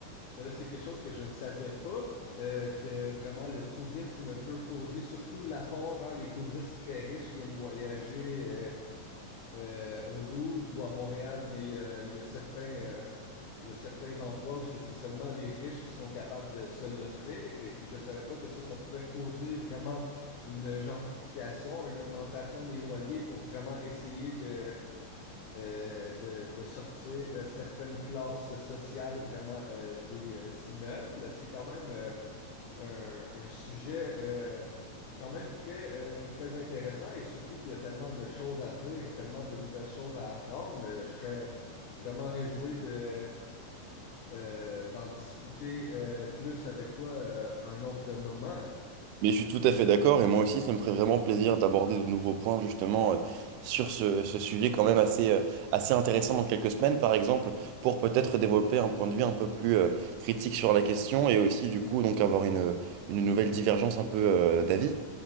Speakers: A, on the left; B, on the right.
A: là, c'est quelque chose que je ne savais pas, euh, que vraiment le tourisme peut causer, surtout l'apport, hein, les touristes très riches qui aiment voyager. euh, euh, au Louvre ou à Montréal, bien, il y a, il y a certains, euh, il y a certains endroits où ce que c'est seulement les riches qui sont capables de se l'offrir. Et puis, je ne savais pas que ça, ça pouvait causer vraiment une gentrification, une augmentation des loyers pour vraiment essayer de, euh, de, de sortir certaines classes sociales vraiment euh, des euh, immeubles. C'est quand même euh, un, un sujet euh, quand même très, euh, très intéressant et surtout qu'il y a tellement de choses à dire et tellement de nouvelles choses à apprendre. Euh, je serais vraiment réjoui de, euh, d'en discuter euh, plus avec toi euh, un autre moment.
B: Mais je suis tout à fait d'accord et moi aussi, ça me ferait vraiment plaisir d'aborder de nouveaux points justement euh, sur ce, ce sujet quand même assez, euh, assez intéressant dans quelques semaines, par exemple, pour peut-être développer un point de vue un peu plus euh, critique sur la question et aussi du coup donc avoir une, une nouvelle divergence un peu euh, d'avis.